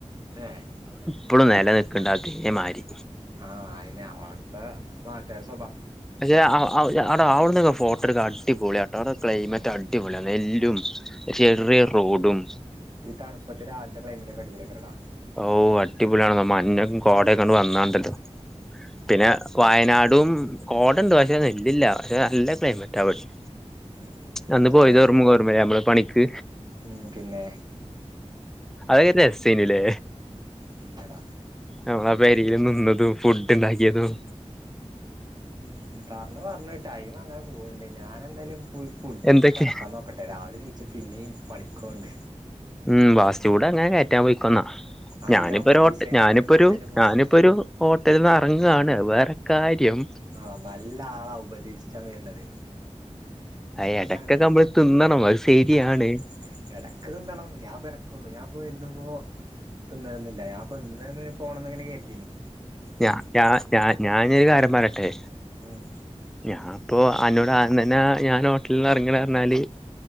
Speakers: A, on the right (about 35°); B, in the centre.
A: ഏഹ്
B: പ്പളും നെല നിൽക്ക്‌ണ്ട്‌ അതേ മാരി
A: ആയെന്നെ ആണോ അവ്ട്ത്തെ നാട്ടാരെസ്
B: അഷേ ഔ ആഹ് <unintelligible> ആടെ ആവ്ട്ന്നൊക്കെ ഫോട്ടടുക്ക അടിപൊളിയാട്ടോ അടെ ക്ലൈമറ്റ അടിപൊളിയാ നെല്ലും ചെറ്യ റോഡും
A: ഈ തണുപ്പത്ത് രാവിൽത്തെ ക്ലൈമറ്റ് ഒക്കെ അടിപൊളിയാക്കാരാടാ.
B: ഓഹ് അടിപൊളിയാണ് ന്ന മഞ്ഞും കോടയൊക്കെണ്ട് വന്നാണ്ടല്ലോ. പിന്നെ വയനാടും കോടണ്ട് പക്ഷെ നെല്ലില്ല പക്ഷെ നല്ല ക്ലൈമറ്റാ പക്ഷേ
A: ഉം ഉം
B: അന്ന്
A: അതെ
B: പോയത് ഓർമ ഓർമല്യേ അമ്മള് പണി ക്
A: ഉം പിന്നെ
B: അതൊക്കെ ഒരു രസെയ്ഞു ലേ
A: പിന്നടാ
B: നമ്മളാ വെരിയിൽ നിന്നതും, ഫുഡ്ണ്ടാക്കിയതും
A: ഉം പാർഞ്ഞു പാർഞ്ഞു ടൈമ് അങ്ങനെ പോവ്ണ്ട്. ഞാനെന്തായാലും പോയി ഫുഡയ്ച്ച്
B: എന്തൊക്കെ
A: കടക്കാൻ നോക്കട്ടെ. രാവിലെ ണീച് പിന്നെയും പണി കോണ്ട്
B: ഉം ഫാസ്റ്റ് ഫുഡ്‌ ങ്ങനെ കേറ്റാൻ പൊയ്ക്കോന്നാ
A: അല്ല
B: ഞാനിപ്പൊ
A: ഒരീസല്ലേ
B: ഒരു ഓട്ട് ഞാനിപ്പൊരു
A: ഒരീസല്ലേ ബോസ്
B: ഞാനിപ്പൊരു ഓ റ്റ്ൽന്നെറങ്ങാണ്. വേറെ കാര്യം
A: ആഹ് നല്ല ആളാ ഉപദേശിച്ചാൻ വര്ന്നത്
B: ആ ഇടക്കൊക്കെ
A: ആണ്
B: നമ്മള് തിന്നണം അത് ശരിയാണ്
A: ആഹ് എടക്ക് തിന്നണം ഞാൻപ്പം എടക്കൊള്ളു ഞാൻ ഇപ്പോ ഇന്നിപ്പോ തിന്നലൊന്നില്ല ഞാപ്പൊ പ്പം ഇന്ന് പോണന്ന്ങ്ങനെ കര് ദിനും
B: ഞാ ഞാ ഞാ ഞാനൊരു കാര്യം പറയട്ടെ
A: ഉം
B: ഞാൻ അപ്പോ അന്നോട് ആദ്യത്തെന്നേ ഞാൻ ഹോട്ടലില്ന്ന് ഇറങ്ങാണ്റഞ്ഞാല്